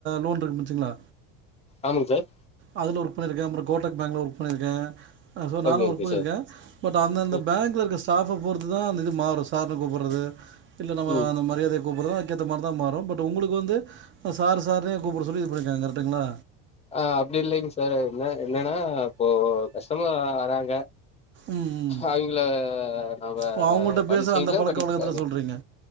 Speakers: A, on the right; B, on the left.
A: லோன் இர்கு முடிசுங்ளா
B: ஆமாங் சார்
A: அதுல ஒர்க் பணிருகன் அப்புற கோடக் பேங்ல ஒர்க் பணிருகன் சோ நானு
B: ஓகே
A: ஒர்க்
B: ஓகே
A: பணிருகன்
B: சார்
A: பட் அந்த-அந்த
B: ம்
A: பேங்ல இருக்க சாப்ட போது இதுதாந்த இது மாரு சார்னு கூப்பிறது இல்ல நம்மந்த
B: ம்
A: மரியாதை கூப்றதுகேத மாறு பட் உங்ளுகு வந்து சாரு சாருனு கூப்ட சொல்லி இது பண்ணிருங்களா இந்தடதுல
B: அஹ் அப்படி இல்லக சார் என்ன என்னனா இப்ப கஷ்டமர் வராங்க
A: ம் ம்
B: அவங்கள அவ
A: ஓ அவங்கள்ட்ட
B: படிச்சல
A: பேசுற அந்த பழக்க
B: படிபு
A: வழக்கத்துல சொல்றீங்க